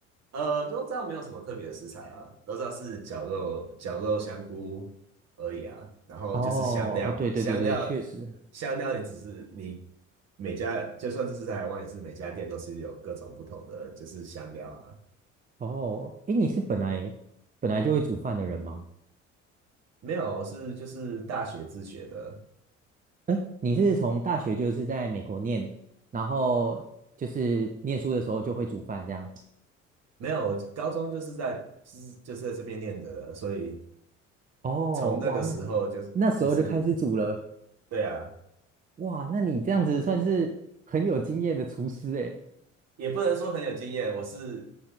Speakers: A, on the right; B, on the right.
A: 呃，知道没有什么特别的食材啊，都知道是绞肉、绞肉、香菇而已啊。然后就是香料嘛，
B: 哦，啊，对对对对，
A: 香料香料也只是你
B: 确实。
A: 每家，就算这是在台湾，也是每家店都是有各种不同的就是香料啊。
B: 哦，诶，你是本来本来就会煮饭的人吗？
A: 没有，是就是大学自学的，
B: 诶，你是从大学就是在美国念，然后就是念书的时候就会煮饭这样？
A: 没有，我高中就是在就是就是在这边念的了所以
B: 哦，
A: 从那个时候就就是
B: 哇，那那时候就开始煮了，
A: 对啊。
B: 哇，那你这样子算是很有经验的厨师诶。
A: 也不能说很有经验，我是